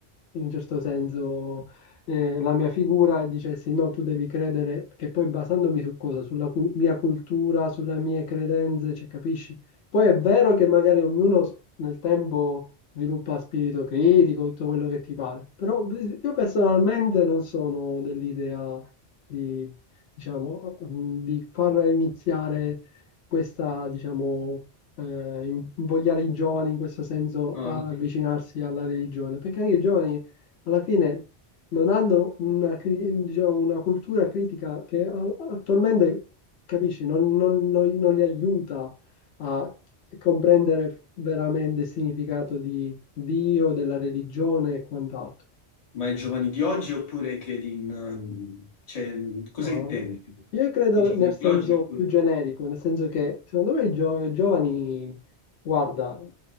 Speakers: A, on the left (about 75°); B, on the left (about 40°).
A: in certo senso, eh, la mia figura e dicessi no, tu devi credere, che poi basandomi su cosa? Sulla cu- mia cultura, sulle mie credenze, cioè, capisci? Poi è vero che magari ognuno s- nel tempo sviluppa spirito critico, tutto quello che ti pare, però io personalmente non sono dell'idea di diciamo, mm, di far iniziare questa, diciamo, eh, in- invogliare i giovani in questo senso
B: No,
A: ad
B: no.
A: avvicinarsi alla religione, perché anche i giovani alla fine non hanno una, cri- diciamo, una cultura critica che a- attualmente, capisci, non, non- non- non li aiuta a comprendere veramente il significato di Dio, della religione e quant'altro.
B: Ma i giovani di oggi oppure credi in... eh, Cioè, cosa
A: No,
B: intendi?
A: io credo
B: I giovani
A: nel senso
B: di oggi oppure...
A: più generico, nel senso che secondo me i gio- giovani, guarda,